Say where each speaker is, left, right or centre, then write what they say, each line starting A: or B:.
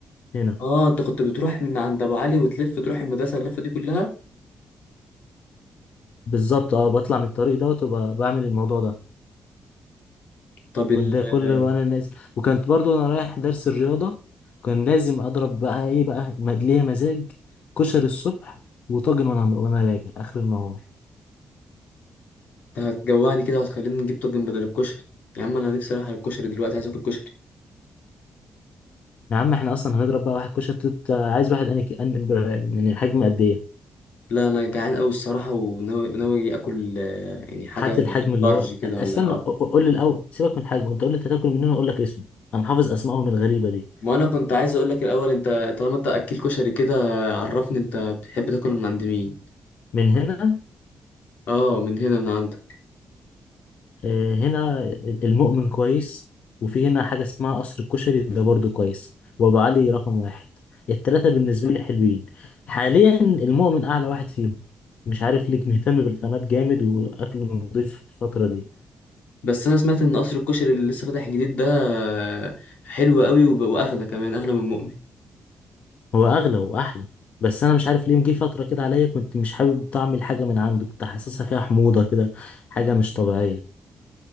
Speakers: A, on the left (about 55°); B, on the left (about 70°).
A: هنا
B: اه انت كنت بتروح من عند ابو علي وتلف تروح المدرسه اللفه دي كلها
A: بالظبط أه بطلع من الطريق دوت وبعمل الموضوع ده
B: طب ال
A: كنت ده كل
B: آه،
A: وانا نازل وكنت برضو انا رايح درس الرياضة كان لازم اضرب بقى ايه بقى مدلية مزاج كشري الصبح وطاجن وانا وانا راجع اخر النهار
B: انت هتجوعني كده وهتخليني نجيب طاجن بدل الكشري يا عم انا نفسي رايح على الكشري دلوقتي عايز اكل كشري
A: يا عم احنا اصلا هنضرب بقى واحد كشري بتت... عايز واحد انا يعني حجم قد ايه
B: لا انا جعان قوي الصراحه وناوي ناوي أجي اكل آه، يعني حاجه
A: هات الحجم
B: لارج
A: اللي هو
B: كده
A: استنى
B: ولا اه
A: ق- ق- قول لي الاول سيبك من الحجم انت قول لي انت هتاكل منين اقول لك اسمه انا حافظ اسمائهم الغريبة دي
B: ما انا كنت عايز اقول لك الاول انت طالما انت اكل كشري كده عرفني انت بتحب تاكل من عند مين
A: من هنا
B: اه من هنا من عندك
A: آه، هنا المؤمن كويس وفي هنا حاجة اسمها قصر الكشري ده برضه كويس وأبو علي رقم واحد التلاتة بالنسبة لي حلوين حاليا المؤمن أعلى واحد فيهم مش عارف ليك مهتم بالخامات جامد وأكله نضيف الفترة دي
B: بس انا سمعت ان قصر الكشري اللي لسه فاتح جديد ده آه، حلو قوي وب- واغلى كمان اغلى من مؤمن
A: هو أغلى وأحلى بس أنا مش عارف ليه مجي فترة كده عليا كنت مش حابب طعم الحاجة من عنده كنت حاسسها فيها حموضة كده حاجة مش طبيعية